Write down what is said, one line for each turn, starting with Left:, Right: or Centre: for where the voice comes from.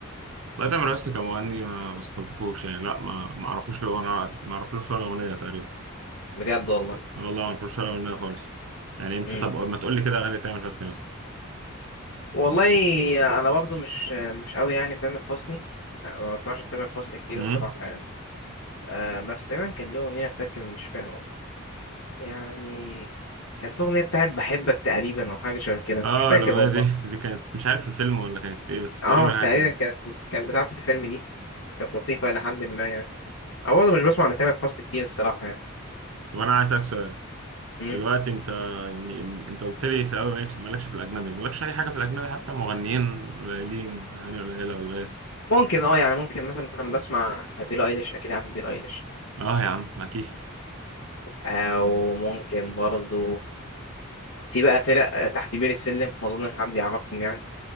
Right: لا تامر حسني كمغني ما بستلطفوش يعني لا ما ما اعرفوش له انا ما اعرفلوش ولا اغنيه تقريبا
Left: بجد والله
Right: أنا والله ما اعرفلوش ولا اغنيه خالص يعني انت
Left: امم
Right: طب ما تقول لي كده اغاني تامر حسني بس
Left: والله انا برضه مش مش قوي يعني في تامر حسني ما بسمعش تامر حسني كتير
Right: امم
Left: الصراحه يعني آه بس دايما كان ليه اغنيه فاكر مش فاهم يعني كانت في اغنيه بتاعت بحبك تقريبا او حاجه شبه كده
Right: اه
Left: مش فاكر
Right: الاغنيه
Left: والله
Right: دي دي كانت مش عارف في فيلم ولا كانت في ايه بس
Left: اه
Right: تقريبا حاجه
Left: تقريبا
Right: كده
Left: كانت كانت بتاعت الفيلم دي كانت لطيفة إلى حد ما يعني أو برضه مش بسمع لتامر حسني كتير الصراحة يعني
Right: طب انا عايز اسالك سؤال
Left: مم.
Right: دلوقتي انت يعني انت قلت لي في الاول مالكش مالكش في الاجنبي مالكش اي حاجه في الاجنبي حتى مغنيين قليلين اغاني قليله ولا ايه
Left: ممكن أه يعني ممكن مثلا لما بسمع بيلي أيليش أكيد عارف بيلي أيليش
Right: اه يا عم اكيد
Left: أو ممكن برضه في بقى فرق تحت بير السلم ما أظنش حد يعرفهم يعني